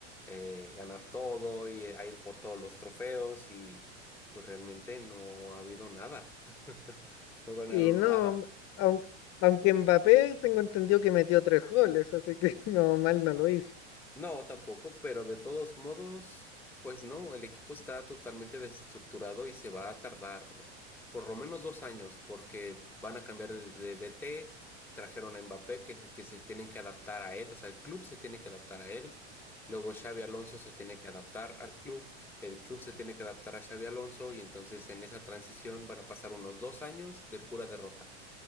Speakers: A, in the centre; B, on the left (about 45°).
A: eh, ganar todo y a ir por todos los trofeos y pues realmente no ha habido nada, <laughs> no ganaron
B: Y no,
A: nada.
B: aunque, aunque Mbappé tengo entendido que metió tres goles, así que <laughs> no, mal no lo hizo.
A: No, tampoco, pero de todos modos, pues no, el equipo está totalmente desestructurado y se va a tardar por lo menos dos años porque van a cambiar de, de DT, trajeron a Mbappé que, se- que se tienen que adaptar a él, o sea, el club se tiene que adaptar a él, luego Xavi Alonso se tiene que adaptar al club, el club se tiene que adaptar a Xavi Alonso y entonces en esa transición van a pasar unos dos años de pura derrota